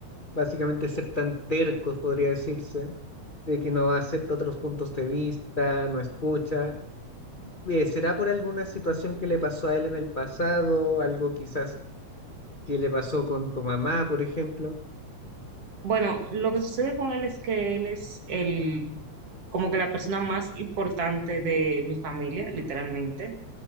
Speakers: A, on the left; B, on the right.
A: básicamente ser tan tercos, podría decirse, de que no acepta otros puntos de vista, no escucha. Eh, ¿será por alguna situación que le pasó a él en el pasado, algo quizás que le pasó con tu mamá, por ejemplo?
B: Bueno, lo que sucede con él es que él es el, como que la persona más importante de mi familia, literalmente.